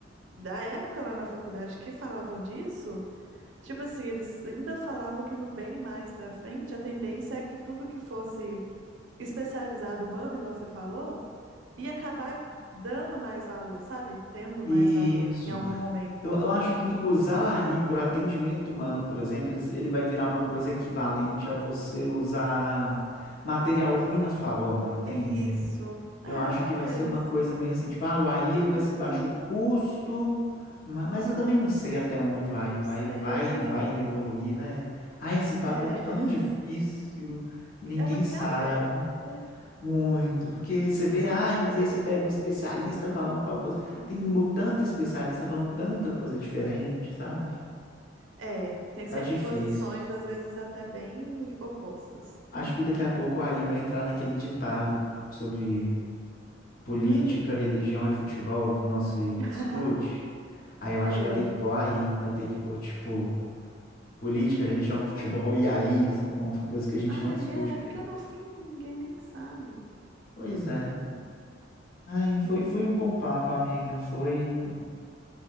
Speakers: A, on the right; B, on the left.
A: da época lá na faculdade que falavam disso, tipo assim, eles ainda falavam que no bem mais pra frente, a tendência é que tudo que fosse especializado humano, igual você falou, ia acabar dando mais valor, sabe? Tendo
B: Isso.
A: mais valor em algum momento.
B: Eu, eu acho que usar a AI por atendimento humano, por exemplo, ele, ele vai virar uma coisa equivalente a você usar material ruim na sua obra, entende?
A: Isso. É,
B: Eu acho
A: talvez.
B: que vai ser uma coisa meio assim, tipo, ah, o AI ele vai
A: Uhum.
B: ser baixo custo, ma- mas, eu também não sei até onde
A: Também
B: o AI
A: não
B: vai,
A: sei,
B: vai,
A: é.
B: vai evoluir, né? Ah, esse papo
A: É,
B: é tão
A: <laughs>
B: difícil, ninguém
A: é muito
B: sabe.
A: em aberto, né?
B: Muito, porque você vê,
A: Muito
B: ai,
A: aberto.
B: mas aí você pega um especialista falando tal coisa,
A: <laughs>
B: tem mu- tanto especialista falando tanta coisa diferente, sabe?
A: É, tem
B: Tá
A: sempre
B: difícil.
A: posições, às vezes até bem opostas.
B: Acho que daqui a pouco aí vai entrar naquele ditado sobre política,
A: Hum.
B: religião e futebol não se
A: <laughs>
B: discute. Aí eu acho
A: É,
B: que vai ter que pôr aí, vai ter que pôr, tipo, política,
A: sim,
B: religião, futebol
A: cara.
B: e aí, são, co- são coisas que a gente
A: Ai,
B: não discute,
A: é,
B: porque
A: porque
B: não...
A: no fim ninguém nem sabe.
B: Pois é. Ai, foi, foi um bom papo, amiga, foi.